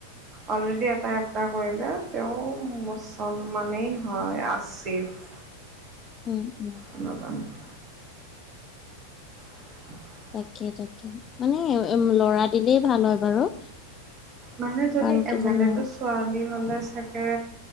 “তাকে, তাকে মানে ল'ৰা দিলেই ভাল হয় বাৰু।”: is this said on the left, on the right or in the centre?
Left